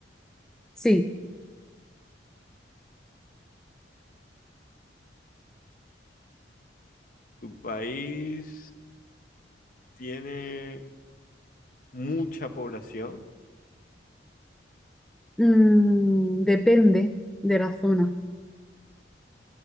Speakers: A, in the centre; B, on the left.
A: sí.
B: ¿Tu país tiene mucha población?
A: Mm, depende de la zona.